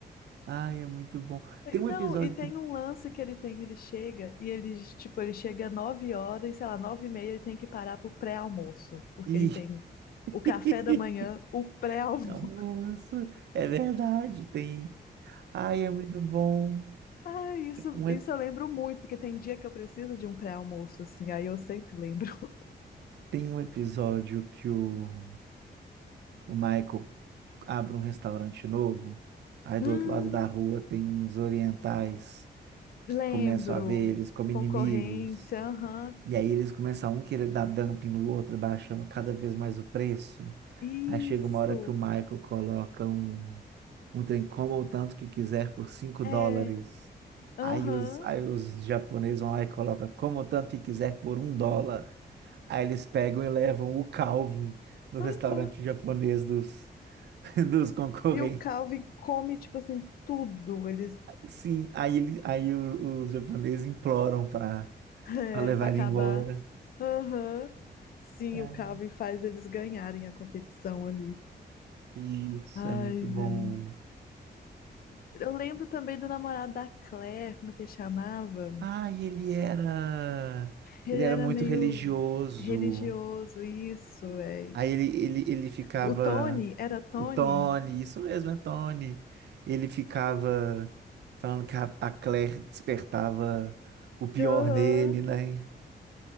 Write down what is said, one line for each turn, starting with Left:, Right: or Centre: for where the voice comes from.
Right: Ai, é muito bom. Tem um
Left: Não,
Right: episódio.
Left: e tem um lance que ele tem, ele chega e ele, tipo, ele chega nove horas, sei lá, nove e meia, ele tem que parar pro pré-almoço, porque
Right: Ih,
Left: ele tem
Right: <laughs>
Left: o café da manhã, o pré-almoço.
Right: almoço,
Left: <laughs>
Right: é verdade, tem. Ai, é muito bom.
Left: Ah, isso,
Right: Tem um,
Left: isso
Right: ep-
Left: eu lembro muito, porque tem dia que eu preciso de um pré-almoço, assim, aí eu sempre lembro. <laughs>
Right: tem um episódio que o, o Michael abre um restaurante novo. Aí
Left: Hum,
Right: do outro lado da rua tem uns orientais que
Left: lembro.
Right: começam a ver eles como
Left: Concorrência,
Right: inimigos.
Left: aham.
Right: E aí eles começam um querer dar dumping no outro, baixando cada vez mais o preço.
Left: Isso,
Right: Aí chega uma hora que o Michael coloca um, um trem coma o tanto que quiser por cinco
Left: é,
Right: dólares.
Left: aham.
Right: Aí os, aí os japoneses vão lá e colocam como o tanto que quiser por um dólar. Aí eles pegam e levam o Calvin no restaurante
Left: Aham.
Right: japonês dos, <laughs> dos concorrentes.
Left: E o Calvin come, tipo assim, tudo. Ele
Right: Sim, aí, ele, aí o- os japoneses imploram para
Left: É,
Right: levar
Left: para acabar.
Right: ele embora.
Left: Aham. Sim,
Right: É.
Left: o Calvin faz eles ganharem a competição ali.
Right: Isso
Left: Ai,
Right: é muito
Left: velho.
Right: bom.
Left: Eu lembro também do namorado da Claire, como é que ele chamava?
Right: Ah, e ele era.
Left: Ele
Right: Ele era
Left: era
Right: muito
Left: meio
Right: religioso.
Left: religioso, isso, velho.
Right: Aí ele, ele, ele ficava.
Left: O Tony, era Tony?
Right: O Tony, isso mesmo, é Tony. Ele ficava falando que a, a Claire despertava o pior
Left: Aham.
Right: nele, né?